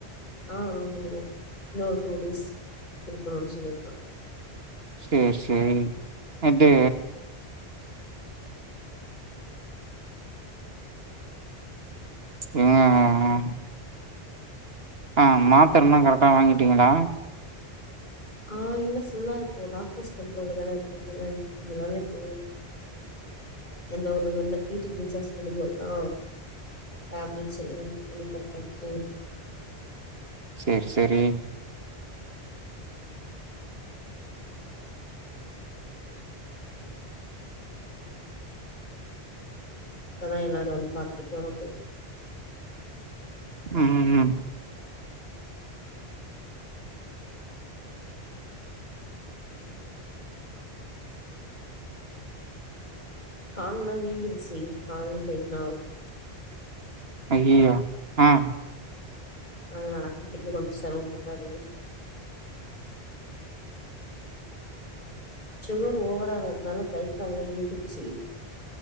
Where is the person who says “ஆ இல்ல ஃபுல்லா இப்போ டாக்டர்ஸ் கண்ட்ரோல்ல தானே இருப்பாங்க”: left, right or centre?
Left